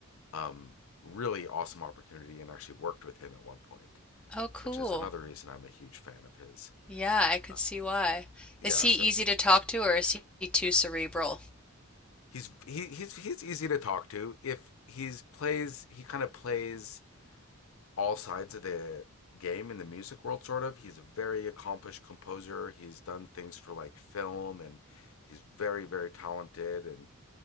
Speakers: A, on the left; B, in the centre.
A: um, really awesome opportunity and actually worked with him at one point,
B: Oh, cool.
A: which is another reason I'm a huge fan of his.
B: Yeah, I could
A: Uh,
B: see why.
A: yeah,
B: Is he
A: so
B: easy to talk to or is he too cerebral?
A: he's he, he's he's easy to talk to. If he's plays, he kind of plays all sides of the game in the music world sort of he's a very accomplished composer he's done things for like film and he's very very talented and